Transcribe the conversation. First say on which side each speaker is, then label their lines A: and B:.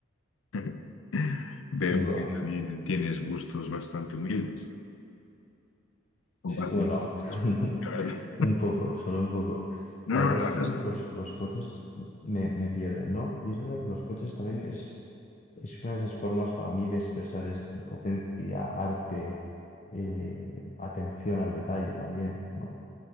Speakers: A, on the left; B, on the left.
A: <laughs> Veo
B: sin duda.
A: que también tienes gustos bastante humildes. Compartimos
B: Bueno,
A: ese
B: <laughs>
A: aspecto, la verdad.
B: un poco, solo un poco.
A: No,
B: La
A: no,
B: verdad es que
A: no,
B: yo los, los coches me, me pierden, ¿no? Y es verdad que los coches también es Es una de esas formas para mí de expresar es potencia, arte, eh, atención al detalle también, ¿no?